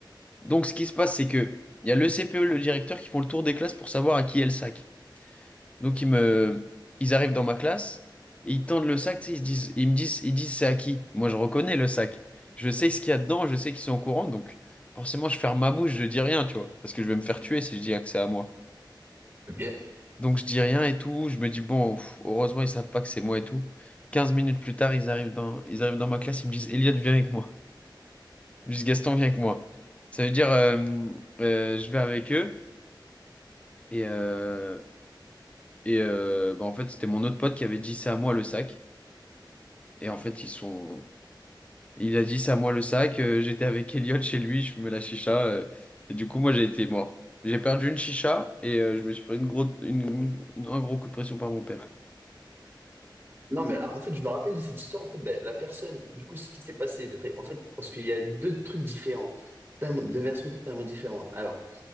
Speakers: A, on the left; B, on the right.
A: Donc, ce qui se passe, c'est que il y a le CPE, le directeur, qui font le tour des classes pour savoir à qui est le sac. Donc ils me, ils arrivent dans ma classe et ils tendent le sac, tu sais, ils se disent, ils me disent, ils disent c'est à qui? Moi je reconnais le sac, je sais ce qu'il y a dedans, je sais qu'ils sont au courant, donc forcément je ferme ma bouche, je dis rien, tu vois, parce que je vais me faire tuer si je dis ah, que c'est à moi.
B: Ok. Et-
A: Donc je dis rien et tout, je me dis bon, pff, heureusement ils savent pas que c'est moi et tout. 15 minutes plus tard, ils arrivent dans, ils arrivent dans ma classe, ils me disent Elliot viens avec moi, ils me disent Gaston viens avec moi. Ça veut dire euh, euh, je vais avec eux et euh, et euh, bah, en fait c'était mon autre pote qui avait dit c'est à moi le sac. Et en fait, ils sont. Il a dit, c'est à moi le sac. euh, j'étais avec Elliot chez lui, je fumais la chicha. euh, et du coup, moi, j'ai été mort. J'ai perdu une chicha et euh, je me suis pris une gros... une- une- un gros coup de pression par mon père.
B: Non, mais ah, en fait, je me rappelle de cette histoire. En fait, ben, la personne, du coup, ce qui s'est passé, je vais te- en fait, parce qu'il y a deux trucs différents, totalement- deux versions totalement différentes. Alors,